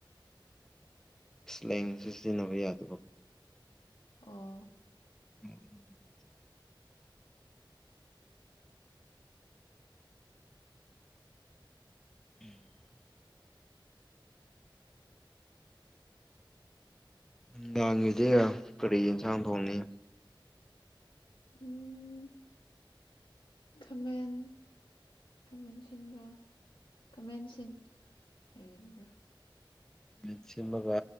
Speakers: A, in the centre; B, on the left.
A: ꯂꯦꯡꯁ ꯁꯤꯖꯤꯟꯅꯕ ꯌꯥꯗꯦ
B: ꯑꯥ
A: <inaudible> <inaudible> ꯅꯨꯡꯗꯥꯡꯒꯤꯗꯤ ꯀꯔꯤ ꯌꯦꯟꯁꯥꯡ ꯊꯣꯡꯅꯤ
B: ꯎꯝ ꯈꯥꯃꯦꯟ ꯀꯥꯃꯦꯟ ꯁꯤꯟꯕ ꯀꯃꯦꯟ ꯁꯤꯟ ꯍꯥꯏꯒꯅꯤꯡꯕ꯭ꯔꯥ
A: ꯃꯁꯤꯃꯒ